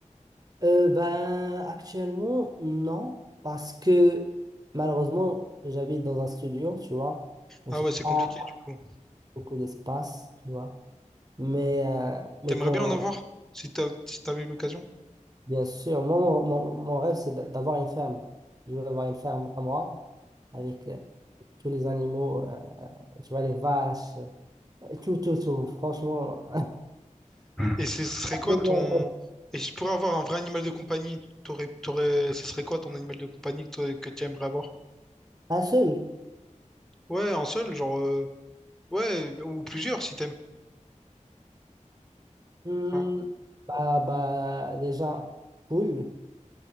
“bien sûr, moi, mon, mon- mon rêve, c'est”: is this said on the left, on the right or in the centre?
Right